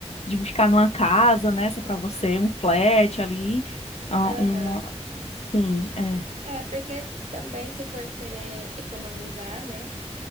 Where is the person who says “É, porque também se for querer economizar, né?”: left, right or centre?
Right